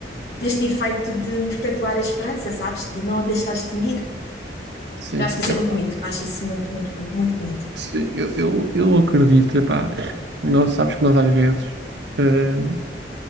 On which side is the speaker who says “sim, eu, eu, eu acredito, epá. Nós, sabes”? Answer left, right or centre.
Right